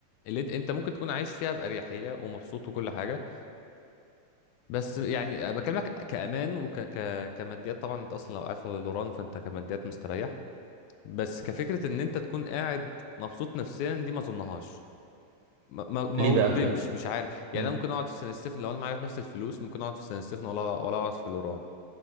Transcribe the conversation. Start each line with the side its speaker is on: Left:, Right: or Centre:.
Left: اللي انت انت ممكن تكون عايش فيها باريحيه ومبسوط وكل حاجه بس يعني بكلمك كامان وك ك كماديات طبعا انت اصلا لو قاعد في لوران فانت كماديات مستريح بس كفكره ان انت تكون قاعد مبسوط نفسيا دي ما اظنهاش ما ما ما
Right: ليه بقى
Left: اجزمش
Right: طيب
Left: مش عارف يعني
Right: امم
Left: انا ممكن اقعد في سان ستيفن لو انا معايا نفس الفلوس ممكن اقعد في سان ستيفن ولا ولا اقعد في لوران